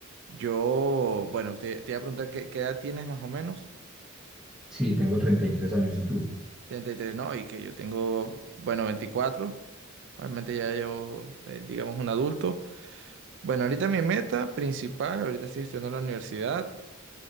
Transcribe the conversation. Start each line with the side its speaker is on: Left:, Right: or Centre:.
Right: Yo, bueno, te, te iba a preguntar qué, qué edad tienes más o menos.
Centre: Sí, tengo 33 años, ¿y tú?
Right: treinta y tres, no, y que yo tengo, bueno, veinticuatro, Realmente ya yo, eh, digamos, un adulto. Bueno, ahorita mi meta principal, ahorita estoy estudiando en la universidad.